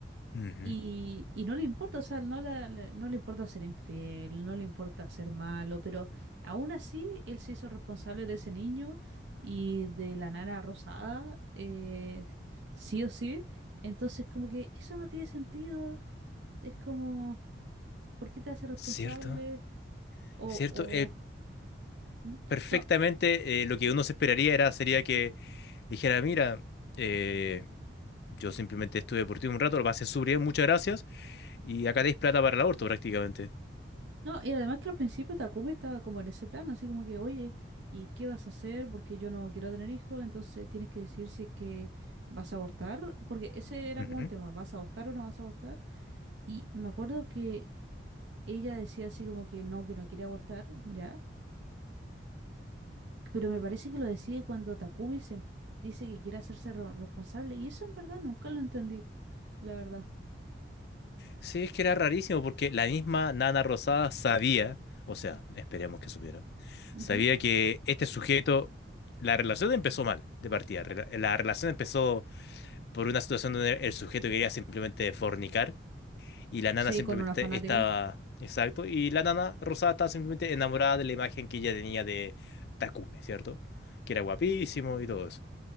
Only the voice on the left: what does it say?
ujú.
Cierto,
cierto.
Eh,
perfectamente
eh, lo que uno se esperaría era, sería que dijera, mira, eh, yo simplemente estuve por ti un rato, lo pasé súper bien, muchas gracias, y acá tenéis plata para el aborto prácticamente.
Ujú.
Sí, es que era rarísimo porque la misma Nana Rosada sabía, o sea, esperemos que supiera,
sabía que este sujeto, la relación empezó mal de partida, rela- la relación empezó por una situación donde el sujeto quería simplemente fornicar. Y la nana
simplemente
estaba, exacto, y la nana rosada estaba simplemente enamorada de la imagen que ella tenía de Takumi, ¿cierto? Que era guapísimo y todo eso.